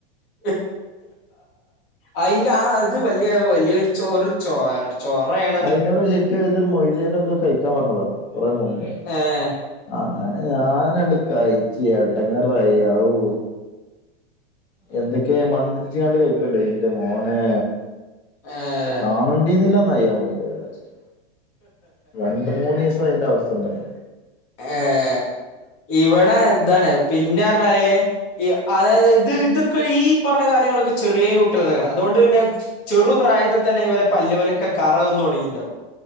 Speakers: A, on the left; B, on the left.
A: ഉ <unintelligible> <inaudible> അതിന്റെ ആഹാ അത് വലിയ വലിയ ചോറ് ചൊ.. ചൊറയെ
B: അതിനോട് ശരിക്കും ഏതൊരു മൊയില് എന്തോ കഴിക്കാൻ പറഞ്ഞതാ കുറെ മുമ്പേ
A: ഏഹ്
B: അങ്ങനെ ഞാൻ ആണ്ട് കഴിച്ച് എടങ്ങറായി... ആവു.. എന്തൊക്കെ മന്ത്രിച്ചുകണ്ട് കഴിക്കുടായിന്ന് ഇന്റെ മോനെ
A: ഏഹ്
B: കാണണ്ടീന്നില്ലന്നയ്യായി ലാസ്റ്റ് രണ്ട് മൂന്ന് ദിവസം അതിന്റെ അവസ്ഥ ഉണ്ടായി..
A: ഏഹ് ഇവിടെ ന്താണ് പിന്നെ പറഞ്ഞാല് അതായത് ഇത് ഇതൊക്കെ ഈ പറഞ്ഞ കാര്യങ്ങളൊക്കെ ചെറിയ കുട്ടികരം അതുകൊണ്ട് പിന്നെ ചെറു പ്രായത്തിൽ തന്നെ ഇവരുടെ പല്ലുമലൊക്കെ കറ വന്നും തുടങ്ങിയിണ്ടാവും.